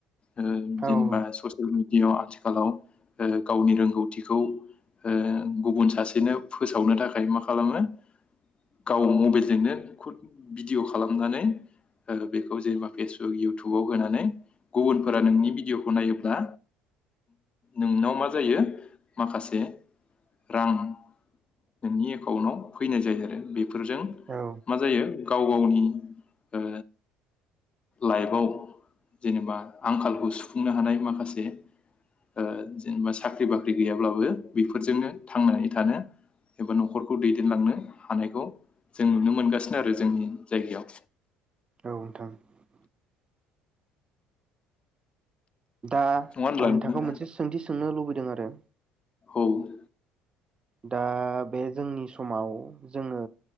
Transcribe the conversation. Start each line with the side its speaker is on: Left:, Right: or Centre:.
Left: ओं जेनेबा
Right: औ
Left: ससियेल मिडिआव आथि थिखालाव ओ गावनि रोंगौथिखौ ओ गुबुन सासेनो फोसावनो थाखाय मा खालामो गाव मबाइलजोंनो खुद भिडिय' खालामनानै ओ बेखौ जेनेबा फेसबुक इउटुबाव होनानै गुबुनफोरा नोंनि भिडिय'खौ नायोब्ला नोंनाव मा जायो माखासे रां नोंनि एकाउन्टआव फैनाय जायो आरो बे फोरजों
Right: औ
Left: मा जायो गाव गावनि ओ लाइफआव जेनेबा आंखालखौ सुफुंनो हानाय माखासे ओ जेनेबा साख्रि बाख्रि गैयाब्लाबो बेफोरजोंनो थांनानै थानो एबा न'खरखौ दैदेनलांनो हानायखौ जों नुनो मोनगासिनो आरो जोंनि जायगायाव।
Right: औ नोंथां । दा आं
Left: नङा होनब्ला नोंथां
Right: नोंथांखौ मोनसे सोंथि सोंनो लुबैदों आ <unintelligible>
Left: औ ।
Right: दा बे जोंनि समाव जोङो